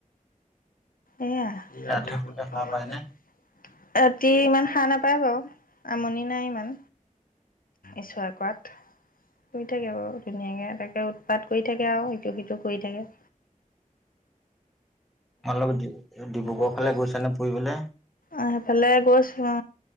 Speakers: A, on the left; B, in the centre.
A: এয়া
B: ৰাতি
A: ৰাতি
B: শুলে সাৰ পায় নে
A: ইমান হাৰ নাপায় বাৰু আমনি নাই ইমান ঈশ্বৰে কৰাত শুই থাকে বাৰু ধুনীয়াকে তাকে উৎপাত কৰি থাকে আৰু ইিটো সিটো কৰি থাকে
B: তোমালোক ডিব্ৰুগড়
A: উলে
B: ফালে
A: গছ
B: গৈছা নে ফুৰিবলে
A: আহফালে গছ অ